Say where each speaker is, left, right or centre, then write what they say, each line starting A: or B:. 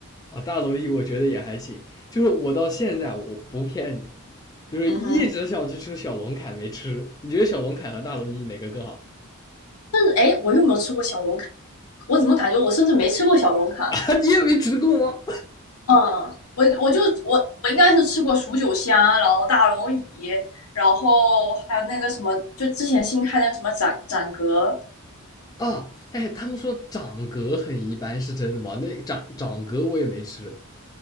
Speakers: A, on the left; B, on the left.
A: 啊，大龙燚我觉得也还行，就是我到现在我不骗你，就是一直想去吃小龙坎没吃。
B: 嗯哼，
A: 你觉得小龙坎和大龙燚哪个更好？
B: 甚至哎，诶我又没有吃过小龙坎？我怎么感觉我甚至没吃过小龙坎？
A: <laughs> 啊，你也没吃过吗？
B: 嗯，我我就我我应该是吃过蜀九香，然后大龙椅，然后还有那个什么，就之前新开那个什么展展阁。
A: 啊，哎，他们说掌格很一般，是真的吗？那掌掌格我也没吃